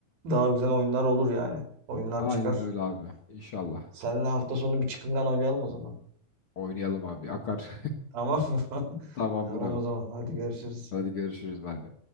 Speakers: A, on the right; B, on the left.
A: daha güzel oyunlar olur yani. Oyunlar
B: Aynen
A: çıkar.
B: öyle abi. İnşallah.
A: Seninle hafta sonu bir çıkıngan oynayalım o zaman.
B: Oynayalım abi. Akar.
A: Tamam mı?
B: <laughs> Tamamdır
A: <laughs> Tamam
B: abi.
A: o zaman. Hadi görüşürüz.
B: Hadi görüşürüz. Bay bay.